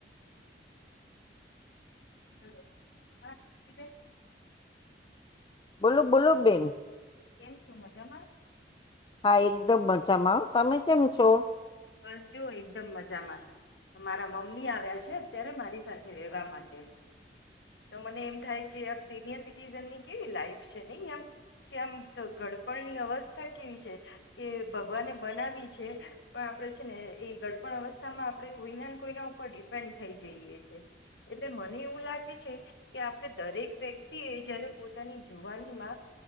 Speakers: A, on the left; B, on the left.
A: <unintelligible>
B: બોલું બોલ બેન.
A: કેમ છું મજામાં?
B: હા એકદમ મજામાં, આવ તમે કેમ છો?
A: બસ જો એકદમ મજામાં. મારા મમ્મી આવ્યા છે અત્યારે મારી સાથે રહેેવા માટે. તો મને એમ થાય કે આ સિનિયર સિટીઝનની કેવી લાઈફ છે નહી એમ કે આમ ગડપણની અવસ્થા કેવી છે કે ભગવાને બનાવી છે પણ આપણે છે ને એ ગડપણ અવસ્થામાં આપણે કોઈના ને કોઈના ઉપર ડિપેન્ડ થઈ જઈએ છીએ એટલે મને એવું લાગે છે કે આપણે દરેક વ્યક્તિ એ જયારે પોતાની જુવાનીમાં